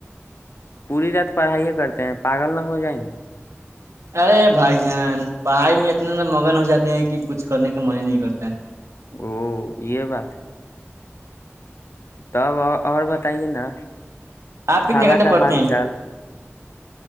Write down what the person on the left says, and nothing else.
پوری رات پڑھائیے کرتے ہیں پاگل نہ ہو جائیں گی
او یہ بات ہے توب اور بتائیے نا
خالہ
کا
حال
چال